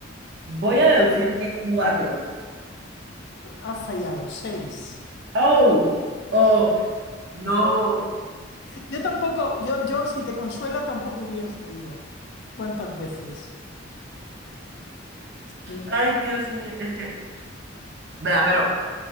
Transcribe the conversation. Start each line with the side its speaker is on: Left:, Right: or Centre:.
Right: Voy a deducir que cuatro.
Left: Ha fallado, seis.
Right: Oh, oh, no.
Left: Yo tampoco, yo, yo si te consuela tampoco hubiera sabido cuántas veces. Sí.
Right: Ay, Dios mío. Es que, vea, pero